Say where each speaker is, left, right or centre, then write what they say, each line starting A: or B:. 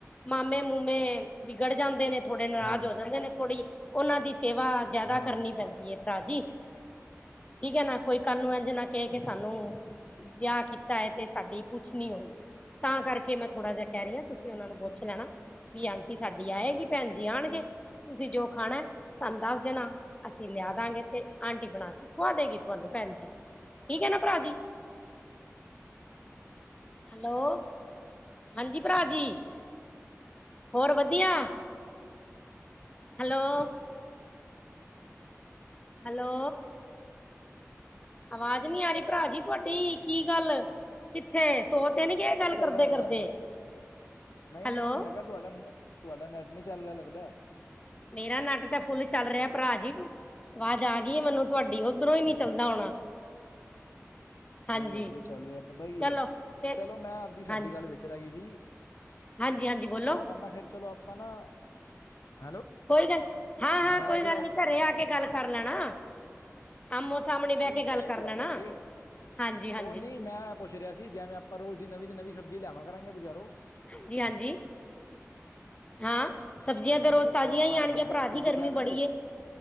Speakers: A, on the left (about 25°); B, on the left (about 80°).
A: ਮਾਮੇ-ਮੂਮੇ ਵਿਗੜ ਜਾਂਦੇ ਨੇ ਥੋੜੇ ਨਾਰਜ਼
B: ਹਾਂ
A: ਹੋ ਜਾਂਦੇ ਨੇ। ਥੋੜੀ ਓਨਾਂ ਦੀ ਸੇਵਾ ਜਿਆਦਾ
B: ਹਾਂ
A: ਕਰਨੀ ਪੈਂਦੀ ਏ। ਰਾਜੀ ਠੀਕ ਹੈ ਨਾ, ਕੋਈ ਕੱਲ ਨੂੰ ਇੰਝ ਨਾ ਕਹਿ ਕੇ ਸਾਨੂੰ ਵਿਆਹ ਕੀਤਾ ਐ, ਤੇ ਸਾਡੀ ਪੁੱਛ ਨੀ ਹੋਈ। ਤਾਂ ਕਰਕੇ ਮੈਂ ਥੋੜਾ ਜਿਹਾ ਕਹਿ ਰਹੀ ਆ ਤੁਸੀਂ ਉਹਨਾਂ ਨੂੰ ਪੁੱਛ ਲੈਣਾ। ਵੀ ਆਂਟੀ ਸਾਡੀ ਆਏਗੀ, ਭੈਣ ਜੀ ਆਣਗੇ। ਤੁਸੀਂ ਜੋ ਖਾਣਾ ਸਾਨੂੰ ਦੱਸ ਦੇਣਾ ਅਸੀਂ ਲਿਆ ਦਾਂਗੇ ਤੇ ਆਂਟੀ ਬਣਾ ਕੇ ਖਵਾ ਦੇਗੀ ਤੁਹਾਨੂੰ ਭੈਣ ਜੀ। ਠੀਕ ਐ ਨਾ ਭਰਾ ਜੀ? ਹੈਲੋ ਹਾਂਜੀ, ਭਰਾ ਜੀ। ਹੋਰ ਵਧੀਆ? ਹੈਲੋ ਹੈਲੋ ਆਵਾਜ਼ ਨੀ ਆ ਰਈ ਭਰਾ ਜੀ ਤੁਹਾਡੀ। ਕੀ ਗੱਲ ਕਿੱਥੇ? ਸੋ ਤੇ ਨੀ ਗਏ ਗੱਲ
B: ਉਹ ਤਾਂ
A: ਕਰਦੇ,
B: ਚੱਲ ਰਿਹਾ ਮੈਨੂੰ
A: ਕਰਦੇ।
B: ਲੱਗ ਰਿਹਾ ਨਹੀਂ
A: ਹੈਲੋ
B: ਨਹੀਂ ਮੈਂ ਕਿਹਾ ਤੁਹਾਡਾ, ਤੁਹਾਡਾ ਨੈਟ ਨੀ ਚੱਲ ਰਿਹਾ ਲੱਗਦਾ।
A: ਮੇਰਾ ਨਟ ਤਾਂ ਫੁੱਲ ਚੱਲ ਰਿਹਾ ਭਰਾ ਜੀ ਆਵਾਜ਼ ਆ ਗਈ ਮੈਨੂੰ ਤੁਹਾਡੀ ਓਧਰੋਂ ਈ ਨੀ ਚੱਲਦਾ ਹੋਣਾ। ਹਾਂਜੀ,
B: ਨਹੀਂ ਉਧਰੋਂ ਚੱਲ ਰਿਹਾ ਪਤਾ ਕੀ
A: ਚਲੋ
B: ਹੈ
A: ਤੇ
B: ਚਲੋ ਮੈਂ ਅੱਧੀ ਸਾਡੀ
A: ਹਾਂਜੀ,
B: ਗੱਲ ਵਿਚ ਰਹਿ ਗਈ ਸੀ
A: ਹਾਂਜੀ-ਹਾਂਜੀ ਬੋਲੋ,
B: ਮੈਂ ਕਹਿੰਦਾ ਫਿਰ ਚਲੋ ਆਪਾਂ ਨਾ ਹੈਲੋ
A: ਕੋਈ ਗੱਲ ਹਾਂ ਹਾਂ
B: ਮੈਂ
A: ਕੋਈ
B: ਤੇ
A: ਗੱਲ ਨੀ ਘਰੇ ਆ ਕੇ ਗੱਲ ਕਰ ਲੈਣਾ ਆਮੋ-ਸਾਹਮਣੇ
B: ਨਹੀਂ
A: ਬਹਿ ਕੇ ਗੱਲ
B: ਘਰੇ
A: ਕਰ
B: ਤੇ
A: ਲੈਣਾ।
B: ਆ ਜਾਾਂਗੇ
A: ਹਾਂਜੀ, ਹਾਂਜੀ
B: ਉਹ ਨਹੀਂ ਮੈਂ ਪੁੱਛ ਰਿਹਾ ਸੀ ਜਿਵੇਂ ਆਪਾਂ ਰੋਜ਼ ਦੀ ਨਵੀਂ ਤੇ ਨਵੀਂ ਸਬਜੀ਼ ਲਿਆਵਾਂ ਕਰਾਂਗੇ ਬਜ਼ਾਰੋਂ
A: ਹਾਂਜੀ, ਹਾਂਜੀ ਹਾਂ ਸਬਜ਼ੀਆਂ
B: ਜਿਵੇਂ
A: ਤਾਂ ਰੋਜ਼
B: ਦੇਖੋ
A: ਤਾਜ਼ੀਆਂ
B: ਆਪਾਂ
A: ਹੀ ਆਣਗੀਆਂ
B: ਜਿਵੇਂ
A: ਭਰਾ ਜੀ
B: ਤੁਸੀਂ
A: ਗਰਮੀ
B: ਕਹਿ ਰਹੇ ਹੋ
A: ਬੜੀ
B: ਨਾ ਰਿਸ
A: ਏ।